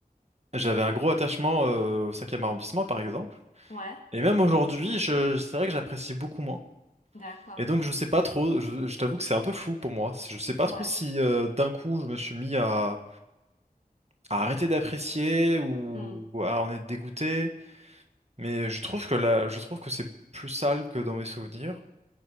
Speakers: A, on the right; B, on the left.
A: j'avais un gros attachement euh, au cinquième arrondissement par exemple.
B: Ouais.
A: Et même aujourd'hui, je, c'est vrai que j'apprécie beaucoup moins.
B: D'accord.
A: Et donc, je sais pas trop, je, je t'avoue que c'est un peu flou pour moi. Je sais pas
B: Ouais.
A: trop si euh, d'un coup je me suis mis à, à arrêter d'apprécier ou
B: Hmm.
A: à en être dégoûté. Mais je trouve que là, je trouve que c'est plus sale que dans mes souvenirs.